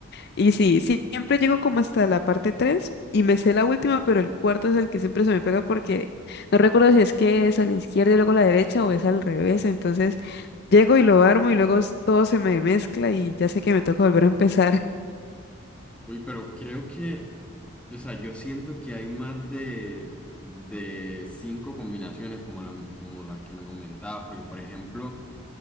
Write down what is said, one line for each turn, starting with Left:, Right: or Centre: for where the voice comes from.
Left: Y sí, sí, siempre llego como hasta la parte 3 y me sé la última, pero el cuarto es el que siempre se me pega porque no recuerdo si es que es a la izquierda y luego a la derecha o es al revés. Entonces llego y lo armo y luego s- todo se me mezcla y ya sé que me toca volver a empezar. <laughs>
Centre: Uy, pero creo que, o sea, yo siento que hay más de, de cinco combinaciones como, la- como las que me comentabas, porque por ejemplo,